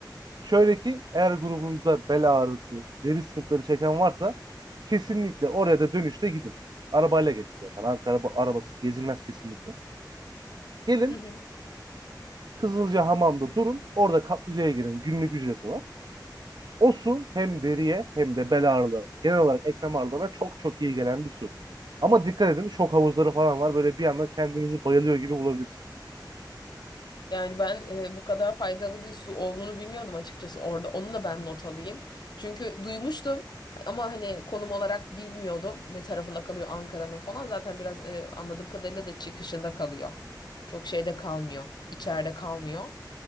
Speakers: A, on the right; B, on the left.
A: Şöyle ki eğer grubunuzda bel ağrısı, deri sıkıntıları çeken varsa kesinlikle oraya da dönüşte gidin. Arabayla gelin zaten. Ankara bu- arabasız gezilmez kesinlikle. Gelin
B: <laughs>
A: Kızılcahamam'da durun. Orada kaplıcaya girin. Günlük ücreti var. O su hem deriye hem de bel ağrılarına, genel olarak eklem ağrılarına çok çok iyi gelen bir su. Ama dikkat edin şok havuzları falan var. Böyle bir anda kendinizi bayılıyor gibi bulabilirsiniz.
B: Yani ben e, bu kadar faydalı bir su olduğunu bilmiyordum açıkçası orada. Onu da ben not alayım. Çünkü duymuştum ama hani konum olarak bilmiyordum ne tarafında kalıyor Ankara'nın falan. Zaten biraz e, anladığım kadarıyla da çıkışında kalıyor. Çok şeyde kalmıyor, içeride kalmıyor.